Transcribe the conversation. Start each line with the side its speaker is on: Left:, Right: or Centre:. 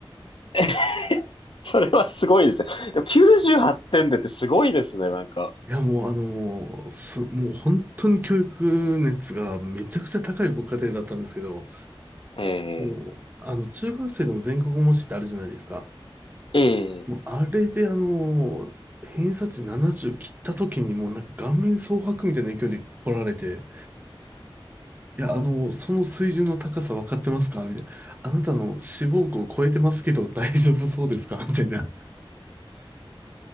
Left: ー、<laughs> それはすごいですね。でも98点でってすごいですね、なんか。
Right: いや、もうあのす、もう本当に教育熱がめちゃくちゃ高いご家庭だったんですけど、
Left: え
Right: もう、あの、中学生でも全国模試ってあるじゃないですか。
Left: え、ええ。
Right: もう、あれであの偏差値70切った時にもうなんか顔面蒼白みたいな勢いで来られて、いや、あの、その水準の高さ分かってますかみたいな。あなたの志望校を超えてますけど大丈夫そうですかみたいな。